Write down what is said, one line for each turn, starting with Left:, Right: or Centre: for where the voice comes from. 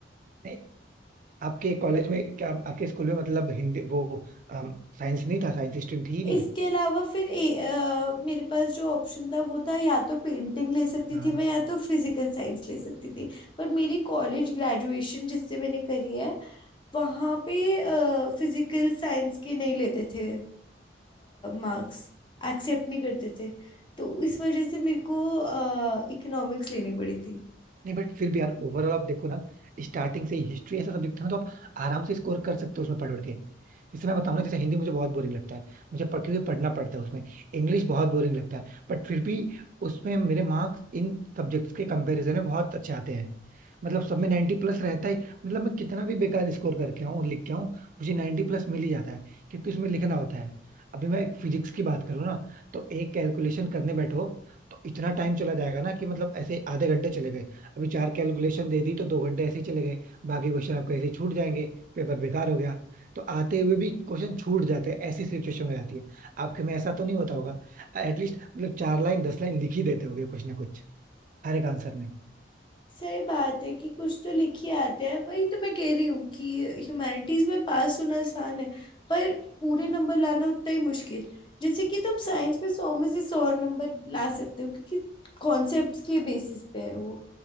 Right: नहीं आपके कॉलेज में क्या आपके स्कूल में मतलब हिंदी वो साइंस नहीं था साइंस स्ट्रीम थी ही नहीं
Left: इसके अलावा फिर ए, अ, मेरे पास जो ऑप्शन था वो था या तो पेंटिंग ले सकती
Right: हाँ
Left: थी मैं या तो फिजिकल साइंस ले सकती थी पर मेरी कॉलेज ग्रेजुएशन जिससे मैंने करी है वहाँ पे फिजिकल साइंस के नहीं लेते थे मार्क्स एक्सेप्ट नहीं करते थे तो इस वजह से मेरे को इकोनॉमिक्स लेनी पड़ी थी
Right: नहीं बट फिर भी यार ओवरऑल आप देखो ना स्टार्टिंग से ही हिस्ट्री ऐसा सब्जेक्ट था ना तो आप आराम से स्कोर कर सकते हो उसमें पढ़ पढ़ के जैसे मैं बताऊँ ना जैसे हिंदी मुझे बहुत बोरिंग लगता है मुझे पढ़, क्योंकि पढ़ना पड़ता है उसमें इंग्लिश बहुत बोरिंग लगता है बट फिर भी उसमें मेरे मार्क्स इन सब्जेक्ट्स के कंपैरिजन में बहुत अच्छे आते हैं मतलब सब में 90 प्लस रहता ही मतलब मैं कितना भी बेकार स्कोर करके आऊँ लिख के आऊँ मुझे 90 प्लस मिल ही जाता है क्योंकि उसमें लिखना होता है अभी मैं एक फिजिक्स की बात करूँ ना तो एक कैलकुलेशन करने बैठो तो इतना टाइम चला जाएगा ना कि मतलब ऐसे आधे घंटे चले गए अभी चार कैलकुलेशन दे दी तो दो घंटे ऐसे ही चले गए बाकी क्वेश्चन आपके ऐसे ही छूट जाएंगे पेपर बेकार हो गया तो आते हुए भी क्वेश्चन छूट जाते हैं ऐसी सिचुएशन हो जाती है आपके में ऐसा तो नहीं होता होगा एटलीस्ट मतलब चार लाइन दस लाइन लिख ही देते होगे कुछ ना कुछ हर एक आंसर में
Left: सही बात है कि कुछ तो लिख ही आते हैं वही तो मैं कह रही हूँ कि ह्यूमैनिटीज में पास होना आसान है पर पूरे नंबर लाना उतना ही मुश्किल जैसे कि तुम साइंस में सौ में से सौ नंबर ला सकते हो क्योंकि कॉन्सेप्ट्स के बेसिस पे है वो